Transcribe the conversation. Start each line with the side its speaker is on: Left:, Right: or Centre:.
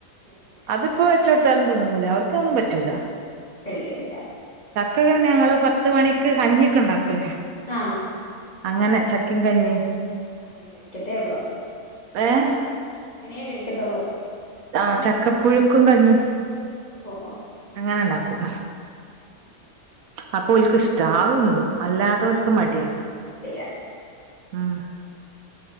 Left: ന്നുല്ല
Right: അത്പ്പോ വെച്ചൊട്ത്താലും തിന്നൂല. ഓൽക്കതൊന്നും പ റ്റൂല
Left: കഴിക്കത്തില്ല
Right: ചക്കക്കെ പിന്നെ ഞങ്ങള് പത്ത് മണിക്ക് കഞ്ഞിക്കെണ്ടാക്കൂ
Left: ആഹ്
Right: അങ്ങനെ ചക്കിം കഞ്ഞിം
Left: അങ്ങനെ കഴിക്കത്തേ ഒള്ളോ
Right: ഏഹ്
Left: അങ്ങനെയേ കഴിക്കത്തുള്ളൂ
Right: ആഹ് ചക്കപ്പുഴുക്കും കഞ്ഞിം
Left: ഓഹ് ഓഹ്
Right: അങ്ങനെണ്ടാക്കും
Left: <inaudible>
Right: അപ്പൊ ഓൽക്ക് ഇഷ്ട അത്ന്നും അല്ലാതെ ഓൽക്ക് മടിയാ
Left: മടിയാ
Right: ആഹ്